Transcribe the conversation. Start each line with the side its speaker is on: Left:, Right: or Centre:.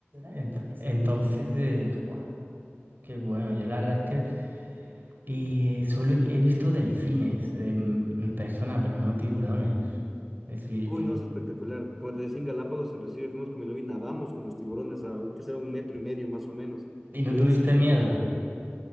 Right: Ent- entonces, eh, guau, qué bueno. Yo la verdad es que y solo he he visto delfines de- en persona, pero no tiburones. Es decir,
Centre: Uy, no, es espectacular. Como te decía, en Galápagos inclusive fuimos con mi novia y nadamos con los tiburones, aunque será un metro y medio más o menos.
Right: ¿y no
Centre: Es
Right: tuviste
Centre: es súper
Right: miedo?
Centre: chévere.